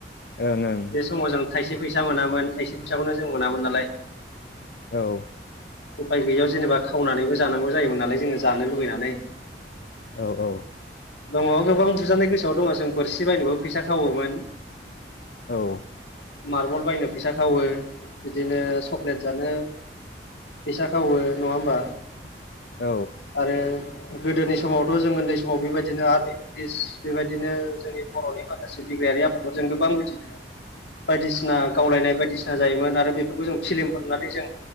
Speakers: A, on the left; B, on the left.
A: ओं
B: बे समाव जों थायसे फैसा मोनामोन थायसे फिसाखौनो जों मोनामोन नालाय
A: औ
B: उफाय गैयियाव जेनेबा खावनानैबो जानांगौ जायोमोन नालाय जोङो जानो लुबैनानै
A: औ औ
B: दङ गोबां बुजानाय गोसोआव दङ जों बोरसि बायनोबो फैसा खावोमोन
A: औ
B: मार्बल बायनो फैसा खावो बिदिनो चक्लेट जानो फैसा खावो नङा होमबा
A: औ
B: आरो गोदोनि समावथ' जों उन्दै समाव बेबायदिनो आर्मि पुलिस बेबायदिनो जोंनि बर'नि माखासे बिग्रायारि आफादफोरजों गोबां बिदिनो बायदिसिना गावलायनाय बायदिसिना जायोमोन आरो बेफोरखौ जों फिलिमफोरनुनानै जों